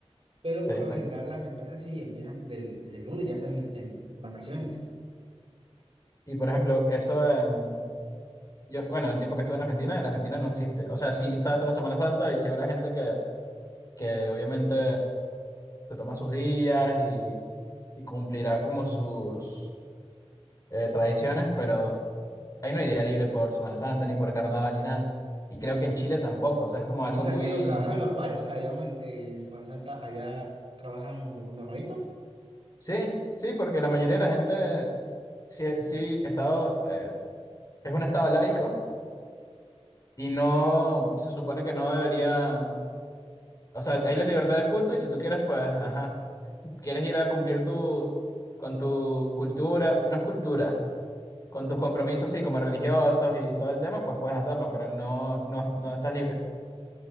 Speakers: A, on the right; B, on the left.
A: pero
B: Sí,
A: por
B: exacto.
A: lo general las empresas sí empiezan desde el, desde el lunes, ya están en, en vacaciones.
B: Y por ejemplo, eso, em, yo, bueno, el tiempo que estuve en Argentina, en Argentina no existe. O sea, sí está la Semana Santa y sí habrá gente que, que obviamente se toma sus días y, y cumplirá como sus eh, tradiciones, pero Ahí no hay día libre por Semana Santa, ni por carnaval, ni nada. Y creo que en Chile tampoco, o sea, es como algo
A: O sea
B: muy...
A: que lo trabajan normal, o sea, digamos, el- eh, en Semana Santa allá trabajan como normalito.
B: Sí, sí, porque la mayoría de la gente, sí, sí, estado, eh, es un estado laico y no, se supone que no debería, o sea, hay la libertad de culto y si tú quieres, pues, ajá, quieres ir a cumplir tu, con tu cultura, no es cultura, con tus compromisos, sí, como religiosos y todo el tema, pues puedes hacerlo, pero no, no, no estás libre,